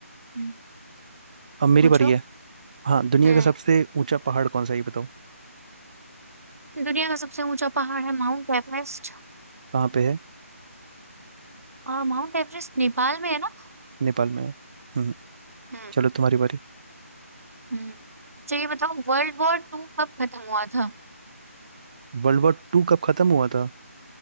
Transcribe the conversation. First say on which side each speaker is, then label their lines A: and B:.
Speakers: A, on the right (about 75°); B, on the right (about 30°).
A: हम्म,
B: अब मेरी
A: पूछो
B: बारी है हाँ दुनिया
A: हम्म
B: का सबसे ऊंचा पहाड़ कौन सा है ये बताओ
A: दुनिया का सबसे ऊंचा पहाड़ है माउंट एवरेस्ट
B: कहाँ पे है
A: और माउंट एवरेस्ट नेपाल में है ना
B: नेपाल में है हम्म
A: हम्म
B: चलो तुम्हारी बारी
A: हम्म तो ये बताओ वर्ल्ड वॉर टू कब खत्म हुआ था
B: वर्ल्ड वॉर टू कब खत्म हुआ था